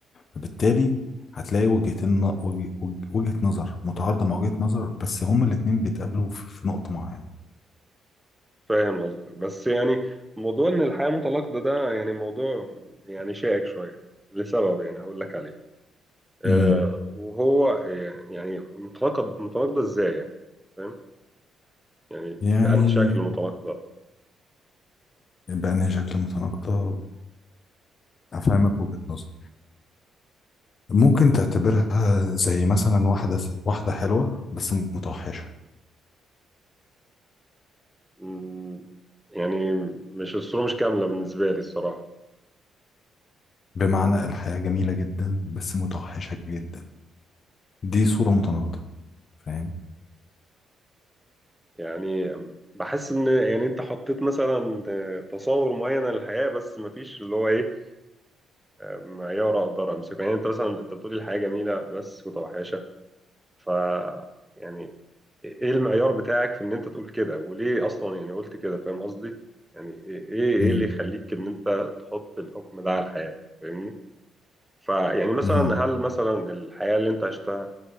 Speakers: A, on the left; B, in the centre.
A: فبالتالي هتلاقي وجهتين وجه- وجه- وجهة نظر متعارضة مع وجهة نظر بس هما الاتنين بيتقابلوا في في نقطة معينة
B: فاهم قصدك بس يعني موضوع ان الحياه متناقضه ده يعني موضوع يعني شائك شويه لسبب يعني هقول لك عليه أه
A: امم
B: وهو آه، يعني متناقض متناقضه ازاي يعني فاهم يعني
A: يعني
B: بأنهي شكل مطلق ده
A: بأنهي شكل متناقضة أفهمك وجهة نظر ممكن تعتبرها زي مثلا واحدة واحدة حلوة بس متوحشة
B: مم، يعني مش الصورة مش كاملة بالنسبة لي الصراحة
A: بمعنى الحياة جميلة جدا بس متوحشة جدا دي صورة متناقضة فاهم
B: يعني بحس إن يعني أنت حطيت مثلا تصور معين للحياة بس مفيش اللي هو إيه معيار أقدر أمسكه يعني أنت مثلا أنت بتقولي الحياة جميلة بس متوحشة ف يعني إيه المعيار بتاعك في إن أنت تقول كده وليه أصلا يعني قلت كده فاهم قصدي؟ يعني إيه إيه إيه
A: مم.
B: اللي يخليك إن أنت تحط الحكم ده على الحياة فاهمني؟ فيعني مثلا
A: مم.
B: هل مثلا الحياة اللي أنت عشتها